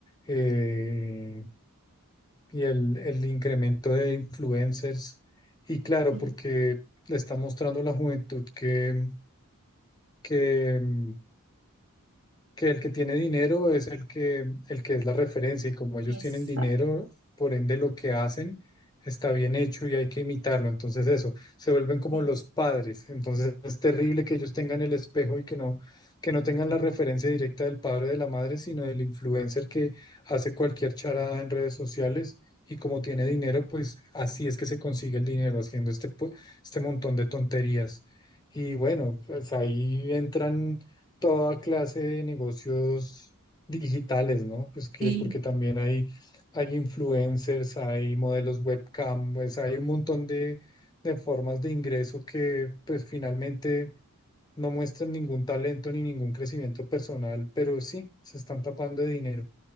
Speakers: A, on the left (about 20°); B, on the right (about 70°).
A: eh, y el, el incremento de influencers. Y claro,
B: Sí.
A: porque le está mostrando a la juventud que, que mm, que el que tiene dinero es el que, el que es la referencia y como ellos
B: Exacto.
A: tienen dinero, por ende lo que hacen está bien hecho y hay que imitarlo. Entonces eso, se vuelven como
B: Sí,
A: los padres. Entonces es terrible que ellos tengan el espejo y que no, que no tengan la referencia directa del padre o de la madre, sino del influencer que hace cualquier charada en redes sociales. Y como tiene dinero, pues así es que se consigue el dinero haciendo este, po- este montón de tonterías. Y bueno, pues ahí entran toda clase de negocios digitales, ¿no? Pues que,
B: sí.
A: porque también hay, hay influencers, hay modelos webcam, pues hay un montón de, de formas de ingreso que pues finalmente no muestran ningún talento ni ningún crecimiento personal, pero sí, se están tapando de dinero.